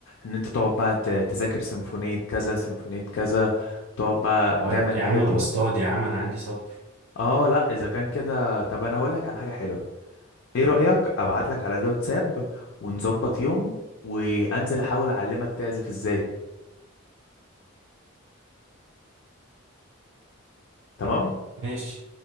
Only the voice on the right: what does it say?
طيب
يا عم انا
بصطاد يا عم انا عندي صبر
ماشي